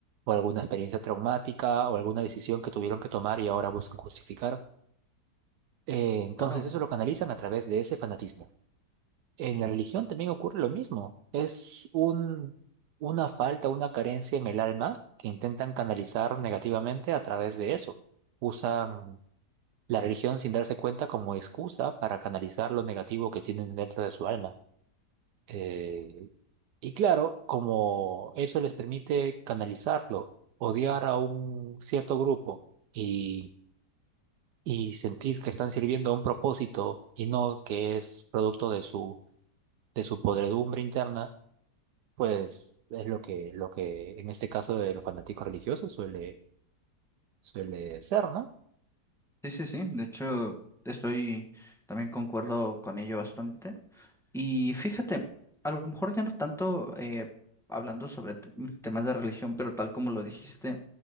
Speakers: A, on the right; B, in the centre.
A: o alguna experiencia traumática, o alguna decisión que tuvieron que tomar y ahora buscan justificar. Eh, entonces
B: Claro.
A: eso lo canalizan a través de ese fanatismo. En la religión también ocurre lo mismo. Es un, una falta, una carencia en el alma que intentan canalizar negativamente a través de eso. Usan la religión sin darse cuenta como excusa para canalizar lo negativo que tienen dentro de su alma. Eh, y claro, como eso les permite canalizarlo, odiar a un cierto grupo y, y sentir que están sirviendo a un propósito y no que es producto de su, de su podredumbre interna pues es lo que, lo que en este caso de los fanáticos religiosos suele, suele ser, ¿no?
B: Sí, sí, sí. De hecho, estoy también concuerdo con ello bastante. Y fíjate, a lo mejor ya no tanto eh, hablando sobre t- temas de religión, pero tal como lo dijiste,